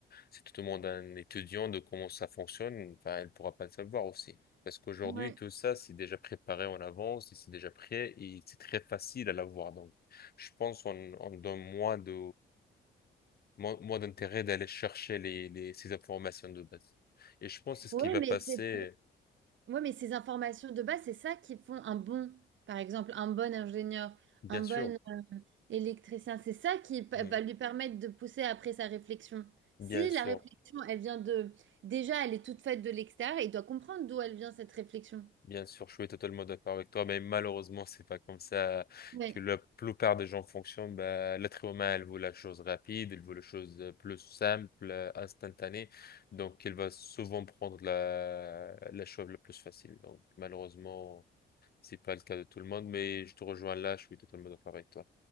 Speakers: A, on the left (about 50°); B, on the right (about 75°).
A: si tu demandes à un étudiant de comment ça fonctionne, enfin, il ne pourra pas le savoir aussi. Parce qu'aujourd'hui,
B: Oui,
A: tout ça, c'est déjà préparé en avance, et c'est déjà prêt et c'est très facile à l'avoir. Donc, je pense qu'on on donne moins de, moins, moins d'intérêt d'aller chercher les, les- ces informations de base. Et je pense que c'est ce
B: oui,
A: qui va
B: mais
A: passer,
B: c'est pour- ouais, mais ces informations de base, c'est ça qui font un bon, par exemple, un bon ingénieur,
A: bien
B: un bon
A: sûr.
B: Électricien, c'est ça qui pa-
A: Hmm,
B: va lui permettre de pousser après sa réflexion.
A: Bien
B: Si
A: sûr.
B: la réflexion, elle vient de... Déjà, elle est toute faite de l'extérieur, il doit comprendre d'où elle vient cette réflexion.
A: Bien sûr, je suis totalement d'accord avec toi, mais malheureusement, c'est pas comme ça
B: Oui,
A: que la plupart des gens fonctionnent. Bah, l'être humain, il veut la chose rapide, elle veut la chose euh, plus simple, euh, instantanée, donc elle va souvent prendre la, la chose la plus facile. Donc, malheureusement, c'est pas le cas de tout le monde, mais je te rejoins là, je suis totalement d'accord avec toi.